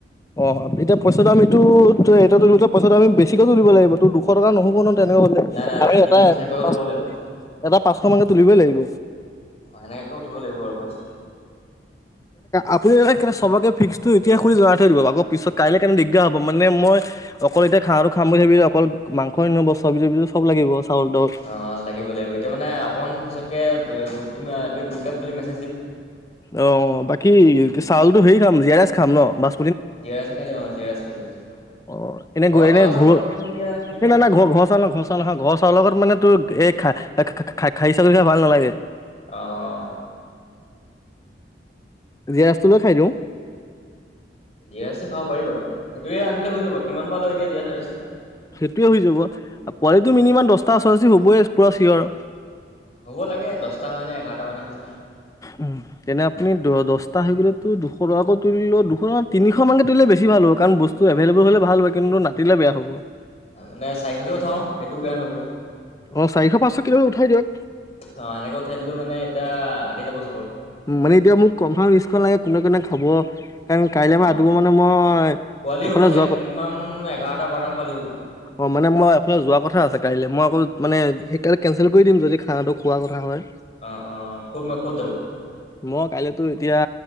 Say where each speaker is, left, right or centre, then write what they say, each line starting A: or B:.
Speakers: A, on the left; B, on the left.
A: অ, এতিয়া পইচাটো আমিটো তোলো তোলোতে পইচাটো আমি বেছিকে তুলিব লাগিব তো দুশ দুশ টকা নহ'ব নহয় তেনেকুৱা হ'লে
B: নাই নাই
A: আমি
B: তিনিশ
A: এটা
B: চাৰিশ উঠাব
A: পাঁচ
B: লাগিব অ
A: এটা পাঁচশ মানকে তুলিবই লাগিব।
B: অ' সেনেকাকে উঠিব লাগিব আৰু প
A: আপুনি সবকে ফিক্সটো এতিয়াই সুধি জনাই থৈ দিব আকৌ পিছত কাইলে কাৰনে দিগদাৰ হ'ব মানে মই অকল এতিয়া খানাটো খাম বুলি <unintelligible> অকল মাংস নহব চব্জি-চবজিটো চব লাগিব। চাউল তাউল
B: অ', লাগিব লাগিব এতিয়া মানে অকন পিছতকে গ্ৰুপ তুমি তুমি গ্ৰুপ এটা খুলি মেচে
A: অ, বাকী চাউলটো হেৰি খাম জীৰা ৰাইচ খাম ন' মাছ
B: <unintelligible>
A: অ, এনে
B: ঘৰৰ
A: গৈ,
B: চাউল আছে
A: ঘৰ
B: বাৰু কিন্তু এতিয়া কি
A: চাউল,
B: খাই বা ল'ৰাখিনি
A: ঘৰ চাউৰ লগত মানে তোৰ এ খা খা-খা-খা খাই চ যদি ভাল নালাগে।
B: অহ।
A: জিৰাইচটো লৈ খাই দিও।
B: জিৰা ৰাইচটো খাব পাৰি বাৰু সেইটোৱে আনিলে হৈ যাব কিমান বা লয় এতিয়া জিৰা ৰাইচ?
A: টোৱে হৈ যাব, আ পোৱালিটো মিনিমাম দচটা ওচৰা-ওচৰি হবই পুৰা চিয়ৰ।
B: হ'ব লাগে দহটা হয় নে এঘাৰটা মানে হয়।
A: উম, তেনে আপুনি দ দছটা হৈ গলে তো দুশ টকাকৈ তুলিলে দুশ, তিনিশ মানকে তুলিলে বেছি ভাল হ'ব। কাৰণ বস্তু এভেইলেবল হ'লে ভাল হয় কিন্তু নাতিলে বেয়া হ'ব।
B: মানে চাইশকে উঠাও সেইটোও বেয়া নহ'ব।
A: অ চাৰিশ পাঁচশ কিলো উঠাই দিয়ক
B: অ সেনেকে উঠাই দিলো মানে এতিয়া <inaudible>
A: উম মানে এতিয়া মোক কনফাৰ্ম লিষ্টখন লাগে কোনে কোনে খাব। কাৰণ কাইলৈ
B: অ
A: ৰাতিপুৱা মানে মই
B: পোৱালি
A: এফালে
B: হ'ব চাগে
A: যোৱা কথা
B: মিনিমাম এঘাৰটা বাৰটামান পোৱালি হ'ব
A: অ, মানে মই এফালে যোৱা কথা আছে কাইলৈ মই অকৌ মানে সেই কাৰনে কেনচেল কৰি দিম যদি খানাটো খোৱা কথা হয়।
B: অ', অ', <unintelligible>
A: মই কাইলেতো এতিয়া